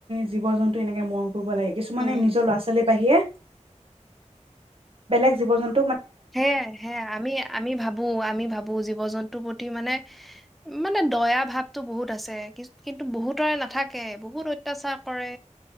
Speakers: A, on the right; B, in the centre.
A: জীৱ জন্তু এনেকে মৰম শুব লাগে কিছুমানে
B: উম
A: নিজৰ ল'ৰা ছোৱালী বাহিৰে বেলেগ জীৱ জন্তু
B: সে সে আমি আমি ভাবো আমি ভাবো জীৱ জন্তু প্ৰতি মানে মানে দয়া ভাৱটো বহুত আছে কিন্তু বহুতৰে নাথাকে বহুত অত্যাচাৰ কৰে